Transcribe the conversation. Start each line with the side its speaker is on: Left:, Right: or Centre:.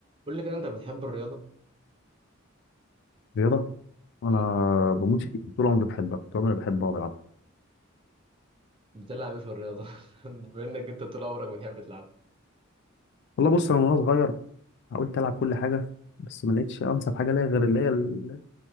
Right: قول لي كده انت بتحب الرياضه
Left: رياضة أنا
Right: مم؟
Left: بموت فيها طول عمري بحبها طول عمري بحبها وبلعبها
Right: بتلعب ايه في الرياضه <laughs> بما انك انت طول عمرك بتحب تلعب
Left: والله بص أنا وأنا صغير حاولت ألعب كل حاجة بس ما لقيتش أنسب حاجة ليا غير اللي هي ال-